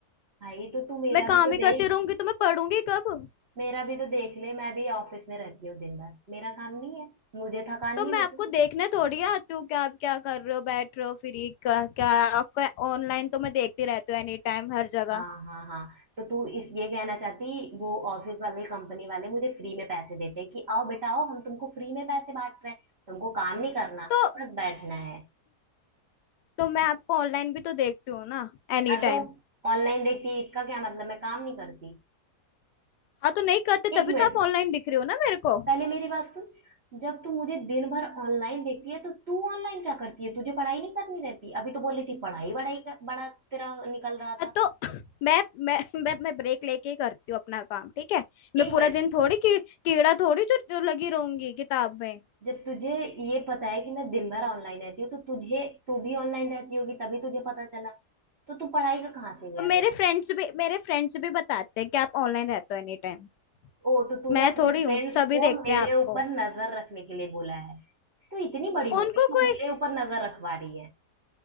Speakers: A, on the right; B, on the left.
A: भाई तो तू मेरा
B: मैं काम
A: भी तो
B: ही
A: देख
B: करती रहूंगी तो मैं पढ़ूंगी कब
A: मेरा भी तो देख ले मैं भी ऑफिस में रहती हूँ दिन भर मेरा काम नहीं है मुझे थकान
B: तो
A: नहीं
B: मैं
A: होती
B: आपको देखने थोड़ी आती हूँ कि आप क्या कर रहे हो बैठ रहे हो फ्री क्या क्या आपका ऑनलाइन तो मैं देखती रहती हूँ एनी टाइम हर जगह
A: हाँ हाँ हाँ तो तू इस ये कहना चाहती वो ऑफिस वाले कंपनी वाले मुझे फ्री में पैसे देते कि आओ बेटा आओ हम तुमको फ्री में पैसे बांट रहे हैं तुमको काम नहीं करना
B: तो
A: बस बैठना है
B: तो मैं आपको ऑनलाइन भी तो देखती हूँ ना एनी
A: हाँ तो
B: टाइम
A: ऑनलाइन देखती इसका क्या मतलब मैं काम नहीं करती
B: हाँ तो नहीं करते
A: एक
B: तभी
A: मिनट
B: तो आप ऑनलाइन दिख रहे हो ना मेरे को
A: पहले मेरी बात सुन जब तू मुझे दिन भर ऑनलाइन देखती है तो तू ऑनलाइन क्या करती है तुझे पढ़ाई नहीं करनी रहती अभी तो बोल रही थी पढ़ाई बड़ाई का बड़ा तेरा निकल रहा
B: हाँ
A: था
B: तो <coughs> मैं मैं मैं मैं ब्रेक लेके ही करती हूँ अपना काम ठीक है मैं
A: एक
B: पूरा
A: मिनट
B: दिन थोड़ी की, कीड़ा थोड़ी जो जो लगी रहूंगी किताब में
A: जब तुझे ये पता है कि मैं दिन भर ऑनलाइन रहती हूँ तो तुझे तू भी ऑनलाइन रहती होगी तभी तुझे पता चला तो तू पढ़ाई का कहाँ से गया
B: तो मेरे
A: तेरा
B: फ्रेंड्स भी मेरे फ्रेंड्स भी बताते हैं कि आप ऑनलाइन रहते हो एनी टाइम
A: ओ तो तूने
B: मैं
A: अपने
B: थोड़ी
A: फ्रेंड्स
B: हूँ सभी
A: को
B: देखते
A: मेरे
B: हैं आपको
A: ऊपर नजर रखने के लिए बोला है तू इतनी बड़ी हो
B: उनको
A: गई तू
B: कोई
A: मेरे ऊपर नजर रखवा रही है